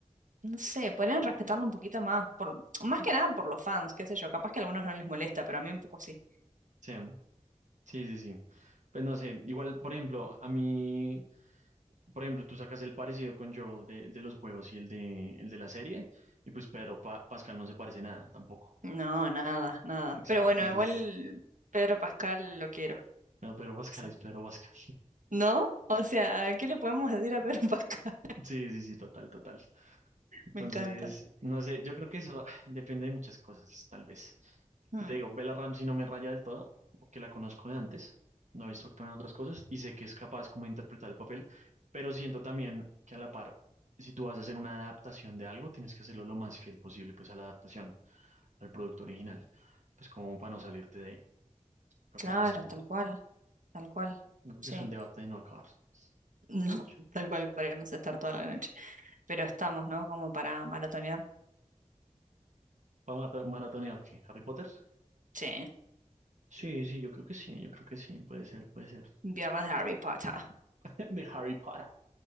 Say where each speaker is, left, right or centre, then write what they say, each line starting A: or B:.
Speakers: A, on the right (about 80°); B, on the right (about 70°).
A: no sé, podrían respetarlo un poquito más, por, más que nada por los fans, qué sé yo, capaz que a algunos no les molesta, pero a mí un poco sí.
B: Sí, sí, sí, sí. Pues no sé, igual, por ejemplo, a mí, por ejemplo, tú sacas el parecido con Joel de, de los juegos y el de, el de la serie, y pues Pedro Pa- Pascal no se parece nada tampoco.
A: No, nada, nada.
B: Exacto.
A: Pero bueno,
B: Entonces,
A: igual Pedro Pascal lo quiero, no
B: no, Pedro Pascal
A: sé.
B: es Pedro Pascal.
A: ¿No? O sea, ¿qué le podemos decir a Pedro <laughs> Pascal?
B: Sí, sí, sí, total, total. Entonces,
A: Me encanta.
B: no sé, yo creo que eso ah, depende de muchas cosas, tal vez.
A: Mm,
B: Que te digo, Bella Ramsey no me raya del todo, porque la conozco de antes, no he visto actuar en otras cosas y sé que es capaz como de interpretar el papel, pero siento también que a la par, si tú vas a hacer una adaptación de algo, tienes que hacerlo lo más fiel posible pues a la adaptación, al producto original, pues como para no salirte de, ahí. pero
A: claro,
B: pues no sé, no
A: tal cual, tal cual.
B: creo
A: Sí,
B: que es un debate de no acabar.
A: no, <laughs>
B: De hecho,
A: tal cual podríamos estar toda la noche. Pero estamos, ¿no? Como para maratonear.
B: para maratonear, ¿qué? ¿Harry Potter?
A: Sí.
B: Sí, sí, yo creo que sí, yo creo que sí, puede ser, puede ser.
A: Viernes de Harry Potter.
B: <laughs> De Harry Potter.